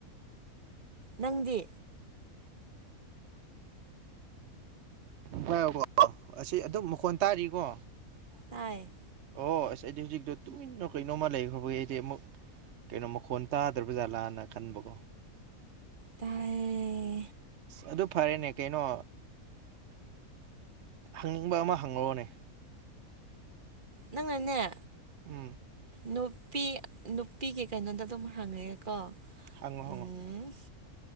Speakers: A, on the right; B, on the right.
A: ꯅꯪꯗꯤ
B: ꯍꯣ ꯑꯁꯤ ꯑꯗꯨꯝ ꯃꯈꯣꯟ ꯇꯥꯔꯤꯀꯣ
A: ꯇꯌꯦ
B: ꯑꯣ ꯑꯁ ꯑꯩꯗꯤ ꯍꯧꯖꯤꯛꯇꯣ ꯇꯨꯃꯤꯟꯅ ꯀꯩꯅꯣꯃ ꯂꯩꯈ꯭ꯔꯕꯒꯤ ꯑꯩꯗꯤ ꯑꯃꯨꯛ ꯀꯩꯅꯣ ꯃꯈꯣꯟ ꯇꯥꯗ꯭ꯔꯕꯖꯥꯠꯂꯥꯅ ꯈꯟꯕꯀꯣ
A: ꯇꯥꯏꯌꯦꯦ
B: ꯑꯗꯨ ꯐꯔꯦꯅꯦ ꯀꯩꯅꯣ ꯍꯪꯅꯤꯡꯕ ꯑꯃ ꯍꯪꯉꯛꯑꯣꯅꯦ
A: ꯅꯪꯅꯅꯦ
B: ꯎꯝ
A: ꯅꯨꯄꯤ ꯅꯨꯄꯤꯒꯤ ꯀꯩꯅꯣꯗ ꯑꯗꯨꯝ ꯍꯪꯉꯛꯑꯦꯀꯣ
B: ꯍꯪꯉꯣ ꯍꯪꯉꯣ
A: ꯎꯝ